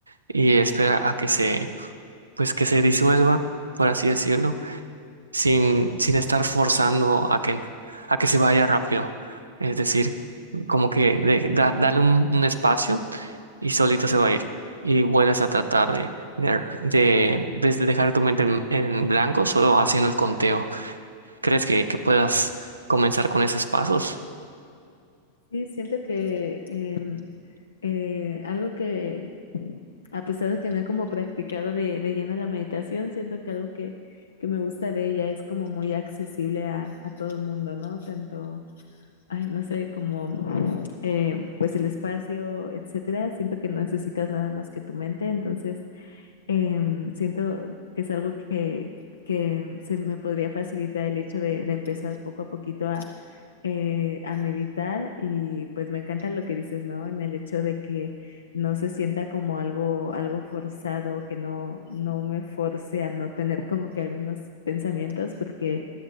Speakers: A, on the right; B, on the left.
A: y espera a que se, pues, que se disuelva, por así decirlo sin, sin estar forzando a que, a que se vaya rápido. Es decir, como que de- da- dale un, un espacio y solito se va a ir. Y vuelves a tratar de, de, de, ves de dejar tu mente en, en blanco solo haciendo el conteo. ¿Crees que, que puedas comenzar con esos pasos?
B: Sí, siento que em, Eh, algo que, a pesar de que no he como practicado de, de lleno la meditación, siento que algo que, que me gusta de ella es como muy accesible a, a todo el mundo, ¿no? Tanto, ay, no sé, como eh, pues el espacio, etcétera. Siento que no necesitas nada más que tu mente, entonces Em, siento que es algo que, que se me podría facilitar el hecho de, de empezar poco a poquito a, eh, a meditar y pues me encanta lo que dices, ¿no? En el hecho de que no se sienta como algo, algo forzado, que no, no me force a no tener como que algunos pensamientos, porque